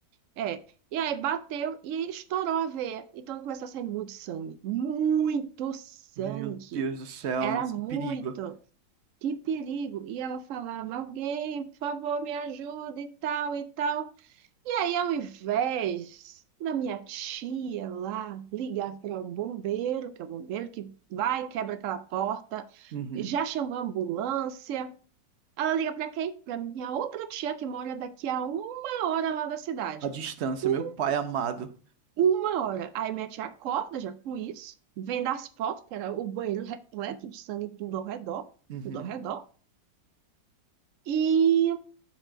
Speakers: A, on the right; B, on the right.
A: É. E aí bateu e aí estourou a veia. Então começou a sair muito sangue. Muito sangue.
B: Meu Deus do céu,
A: Era
B: nossa,
A: muito.
B: que perigo.
A: Que perigo. E ela falava: alguém, por favor, me ajuda e tal e tal. E aí, ao invés da minha tia lá ligar para o bombeiro, que é o bombeiro que vai, e quebra aquela porta,
B: Uhum.
A: já chamou a ambulância, ela liga para quem? Para minha outra tia que mora daqui a uma hora lá da cidade.
B: A distância,
A: Um-
B: meu pai amado.
A: Uma hora. Aí minha tia acorda já com isso, vendo as fotos, que era o banheiro repleto de sangue, tudo ao redor,
B: Uhum.
A: tudo ao redor. E o